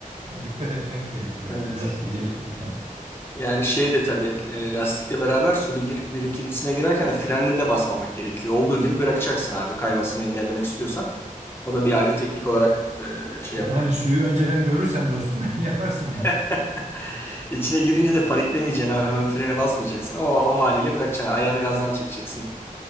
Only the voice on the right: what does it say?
e, dikkat etmek gerekiyor
bir lastiği değiştirirken.
Yani
suyu önceden görürsen dostum <laughs> yaparsın onu.